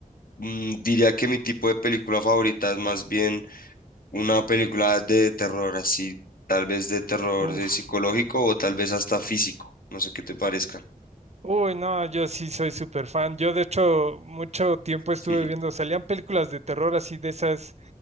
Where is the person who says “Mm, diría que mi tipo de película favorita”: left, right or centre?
Left